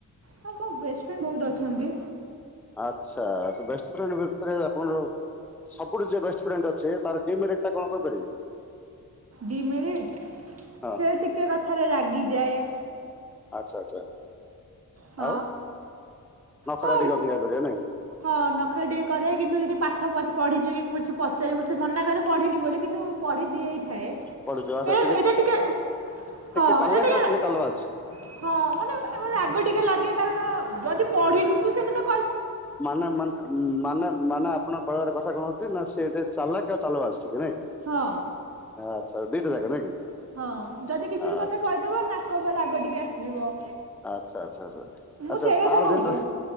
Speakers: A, on the right; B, in the centre.
A: ହଁ ମୋ ବେଷ୍ଟ ଫ୍ରେଣ୍ଡ ବହୁତ ଅଛନ୍ତି
B: ଆଛା ବେଷ୍ଟ ଫ୍ରେଣ୍ଡ ଆପଣର ସବୁଠୁ ଯେ ବେଷ୍ଟ ଫ୍ରେଣ୍ଡ ଅଛି ତାର ଡିମେରିଟ ଟା କଣ କହିପାରିବେ?
A: ଡିମେରିଟ
B: ହଁ
A: ସେ ଟିକେ କଥାରେ ରାଗିଯାଏ
B: ଆଚ୍ଛା ଆଚ୍ଛା।
A: ହଁ।
B: ଆଉ ନଖରା
A: ହଁ
B: ଟିକେ ଅଧିକା କରିବେ ନାଇଁ
A: ହଁ ନଖ ଟିକେ କରିବା କିନ୍ତୁ ଯଦି ପାଠ ପଢ଼ି ପଢ଼ିଛି କିଛି ପଚାରିବୁ ସେ ମନାକରେ ପଢ଼ିନି ବୋଲି କିନ୍ତୁ ପଢ଼ି ଦିଏ ଥାଏ
B: ପଢୁଥିବ ଆଚ୍ଛା
A: ଏଟ ଏଇଟା ଟିକେ
B: ଟିକେ
A: ହଁ
B: ଚାଲାକ
A: ଏଟା ଟିକେ
B: ଆଉ ଚାଲବାଜ।
A: ହଁ ମାନେ ଏ ରାଗ ଟିକେ ଲାଗେ କାରଣ ଯଦି ପଢ଼ିନୁ ତୁ ସେ କଥା
B: ମାନେ ମେ ମାନେ ମାନେ ଆପଣଙ୍କ କହିବାର କଥା କଣ ହଉଚି କଣଉଥିଲେ ନା ସେ ଚାଲକ୍ ଆଉ ଚାଲବାଜ୍? ଚି ନାଇଁ
A: ହଁ
B: ଆଚ୍ଛା ଦିଟା ଯାକ ନାଇଁ କି!
A: ହଁ ଯଦି କିଛି
B: ଆ-
A: ବି କଥା କହିଦବ ନାକ ଉପରେ ରାଗ ଟିକେ ଆସିଯିବ।
B: ଆଚ୍ଛା ଆଚ୍ଛା ଆଛା
A: ମୁଁ
B: ଆଚ୍ଛା
A: ସେଇ କଥା
B: ତାର
A: କହୁଛି
B: ଯେନ୍ତା